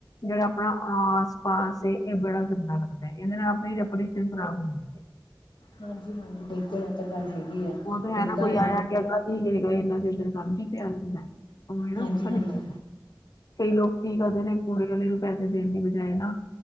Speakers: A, on the left (about 50°); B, on the left (about 85°).
A: ਜਿਹੜਾ ਆਪਣਾ ਆਸ ਪਾਸ ਇਹ ਬੜਾ ਗੰਦਾ ਲੱਗਦਾ ਇਹਦੇ ਨਾਲ ਆਪਣੀ ਰਪਟ ਖਰਾਬ ਹੁੰਦੀ ਹੈ
B: ਹਾਂਜੀ ਹਾਂਜੀ ਬਿਲਕੁਲ ਆ ਗੱਲ ਹੈਗੀ
A: ਉਹ ਤੇ ਹੈ
B: ਹੁੰਦਾ
A: ਨਾ ਕੋਈ ਆਇਆ
B: ਆ
A: ਕਿ ਅਗਲਾ ਇਨਾ ਦੇ ਇਦਣ ਕਰ ਨ ਪਿਆ ਉਹ ਨਾ
B: ਹਾਂਜੀ-ਹਾਂਜੀ
A: ਅੱਛਾ ਨੀ ਲੱਦਾ ਕਈ ਲੋਕ ਕੀ ਕਰਦੇ ਨੇ ਕੂੜੇ ਵਾਲੇ ਪੈਸੇ ਦੇਣ ਦੀ ਬਜਾਏ ਨਾ